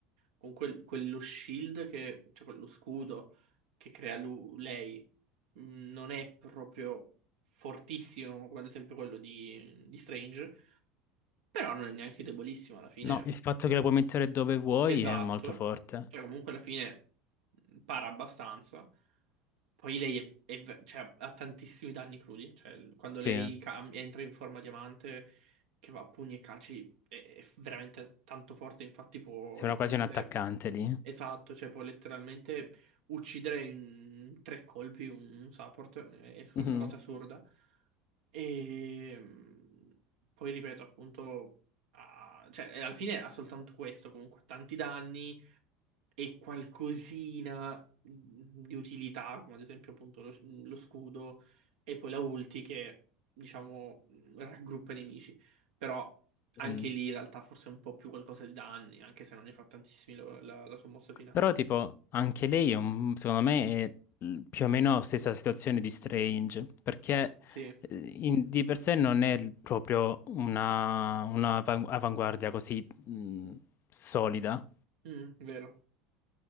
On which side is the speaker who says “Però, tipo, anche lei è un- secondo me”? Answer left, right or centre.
Left